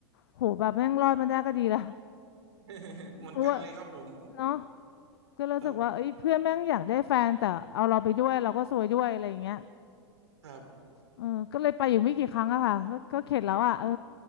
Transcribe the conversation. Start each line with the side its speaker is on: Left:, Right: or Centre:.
Left: โหแบบแม่งรอดมาได้ก็ดีละ
Right: <laughs> เหมือนกันเลยครับผม
Left: เพราะว่าเนาะก็รู้สึกว่าเอ้ยเพื่อนแม่งอยากได้แฟนแต่เอาเราไปด้วยเราก็ซวยด้วยอะไรอย่างเงี้ย
Right: ครับครับ
Left: เออก็เลยไปอยู่ไม่กี่ครั้งอะค่ะก็ก็เข็ดแล้วอะเออ